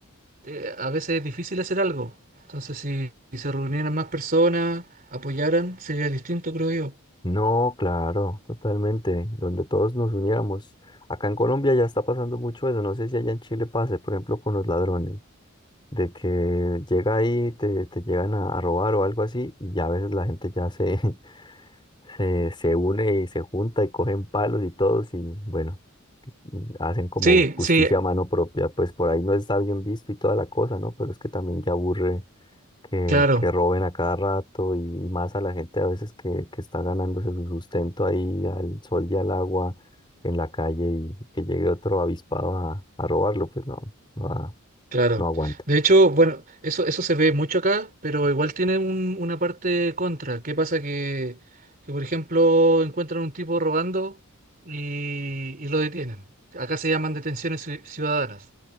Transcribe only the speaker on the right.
eh, a veces es difícil hacer algo. Entonces, si, si se reunieran más personas, apoyaran, sería distinto, creo yo.
Sí,
sí,
claro.
Claro.
De hecho, bueno, eso, eso se ve mucho acá, pero igual tiene un- una parte contra. ¿Qué pasa? Que, que, por ejemplo, encuentran un tipo robando y, y lo detienen. Acá se llaman detenciones ci- ciudadanas.